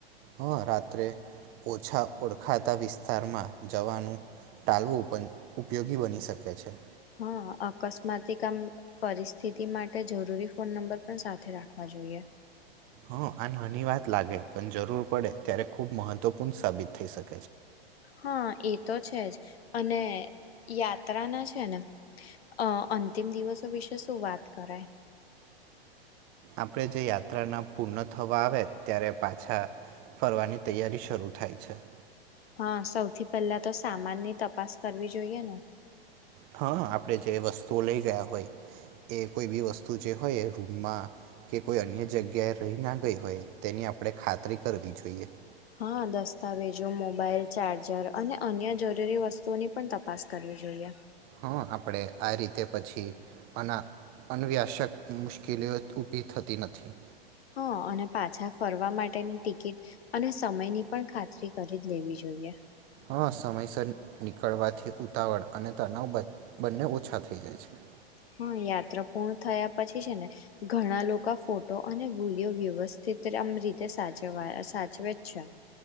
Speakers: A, on the right; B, on the left.
A: હ રાત્રે ઓછા ઓળખાતા વિસ્તારમાં જવાનું ટાલવું પણ ઉપયોગી બની શકે છે.
B: હા, અકસ્માતી કામ પરિસ સ્થિતિ માટે જરૂરી ફોન નંબર પણ સાથે રાખવા જોઈએ.
A: હ અન હાની વાત લાગે પણ જરૂર પડે ત્યારે ખુબ મહત્વપૂર્ણ સાબિત થઈ શક
B: હા, એ તો છે જ અને યાત્રા ના છે ને અહ અંતિમ દિવસો વિશે શું વાત કરાય?
A: આપડે જે યાત્રા ના પૂર્ણ થવા આવે ત્યારે પાછા ફરવાની તૈયારી શરૂ થાય છે.
B: હા, સૌથી પહેલા તો સામાન ની તપાસ કરવી જોઈએ ને?
A: હા, આપડે જે વસ્તુઓ લઈ ગયા હોય એ કોઈ બી વસ્તુ જે હોય રૂમમાં કે કોઈ અન્ય જગ્યાએ રહી ના ગઈ હોય તેની આપડે ખાતરી કરવી જોઈએ.
B: હા, દસ્તાવેજો, મોબાઈલ, ચાર્જર અને અન્ય જરૂરી વસ્તુઓની પણ તપાસ કરવી જોઈએ.
A: હા, આપડે આ રીતે પછી અના અનવ્યાસક મુશ્કેલીઓ ઊભી થતી નથી.
B: હા અને પાછા ફરવા માટેની ટિ કીટ અને સમયની પણ ખાતરી કરી જ લેવી જોઈએ.
A: હા, સમયસર નીકળવાથી ઉતાવળ અને તનાવ બન-બંને ઓછા થઈ જાય છે.
B: હા, યાત્રા પૂર્ણ થયા પછી છે ને ઘણા લોકો ફોટો અને વિડીયો વ્યવસ્થિતમ રીતે સાચવાયા સાચવે જ છે.